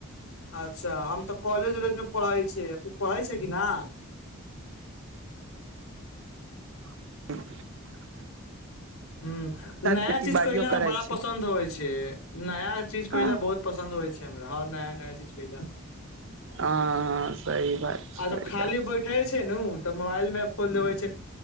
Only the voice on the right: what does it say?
ह।
खेती
बाड़ियो
करै
छी
हँ
हँ, हँ, सही बात। छै
सही
बात